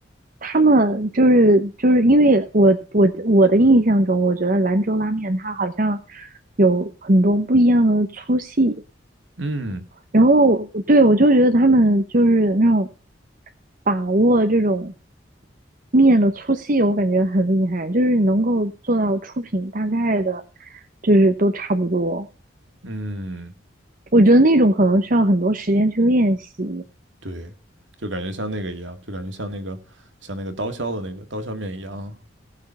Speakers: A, on the right; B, on the right.
A: 他们就是就是因为我我我的印象中，我觉得兰州拉面它好像有很多不一样的粗细，
B: 嗯
A: 然后对我就觉得他们就是那种把握这种面的粗细，我感觉很厉害，就是能够做到出品大概的，就是都差不多。
B: 嗯，
A: 我觉得那种可能需要很多时间去练习。
B: 对，就感觉像那个一样，就感觉像那个像那个刀削的那个刀削面一样，